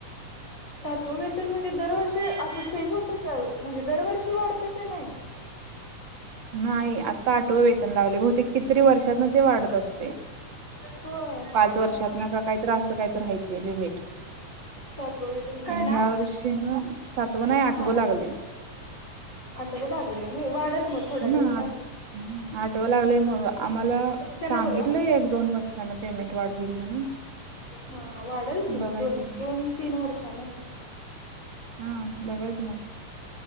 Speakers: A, on the left (about 25°); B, on the right (about 40°).
A: <inaudible> सातव वेतन म्हणजे दरवर्षी असं चेंज होत असल, म्हणजे दरवर्षी वाढतं पेमेंट?
B: नाही आता आठवं वेतन लावले, बहतेक कितीतरी वर्षांतन ते वाढत असते.
A: होय हा
B: पाच
A: हा
B: वर्षातनं
A: हा
B: का काय तरी असं कायतरी आहे, ते लिमिट.
A: सातवं वेतन काय
B: आणि
A: नाव
B: ह्या वर्षी ह सातव नाही, आठवं
A: हा
B: लागले.
A: आठवं लागलंय नई वाढेल मग. थोड्या
B: <unintelligible>
A: दिवसात
B: आठवं लागलंय, मग आम्हाला
A: त्यांना
B: सांगितलंय
A: बोलवा
B: एक- दोन वर्षाने पेमेंट वाढ होईल म्हणून.
A: हं वाढेल की म,
B: बघायचं
A: दोन-
B: मग
A: दोन, तीन वर्षांनं.
B: हं बघायच मग.